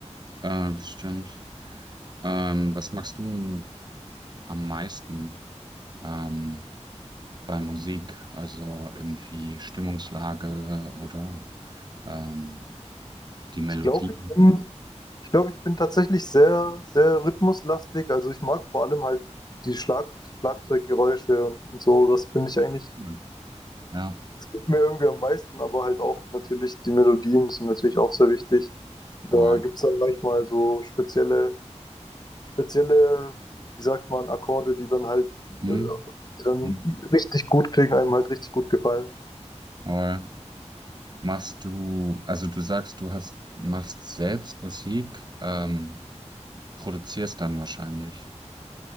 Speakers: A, on the right; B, on the left.
A: Äh, das stimmt. Ähm, was magst du denn am meisten ähm, bei Musik? Also irgendwie Stimmungslage oder ähm, die Melodie?
B: Ich glaube, ich bin, ich glaube, ich bin tatsächlich sehr, sehr rhythmuslastig. Also ich mag vor allem halt die Schlag, Schlagzeuggeräusche und, und so. Das finde ich eigentlich
A: Cool. Ja,
B: Das gibt mir irgendwie am meisten, aber halt auch natürlich die Melodien sind natürlich auch sehr wichtig. Da
A: voll.
B: gibt es dann manchmal so spezielle, spezielle, wie sagt man, Akkorde, die dann halt,
A: Hm?
B: äh, die dann
A: Ja,
B: richtig gut klingen, einem halt richtig gut gefallen.
A: voll. Machst du, also du sagst, du hast, machst selbst Musik, ähm, produzierst dann wahrscheinlich,